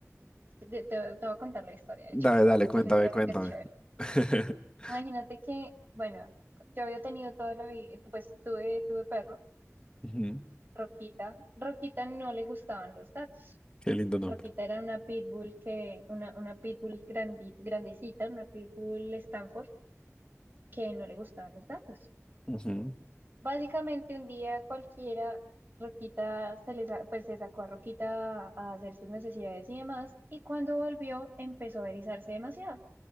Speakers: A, on the right; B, on the left.
A: Te, te- te voy a contar la historia, de
B: Dale,
A: hecho. Te
B: dale,
A: voy a contar
B: cuéntame,
A: la historia
B: cuéntame.
A: porque es chévere.
B: <laughs>
A: Imagínate que, bueno, yo había tenido toda la vida, pues tuve, tuve perro.
B: Ujú,
A: Roquita, Roquita no le gustaban los gatos.
B: Qué lindo nombre.
A: Roquita era una pitbull que, una, una pitbull grandi- grandecita, una pitbull Stanford, que no le gustaban los gatos.
B: Ujú,
A: Básicamente un día cualquiera, Roquita se le, sa- pues se sacó a Roquita a hacer sus necesidades y demás, y cuando volvió empezó a erizarse demasiado.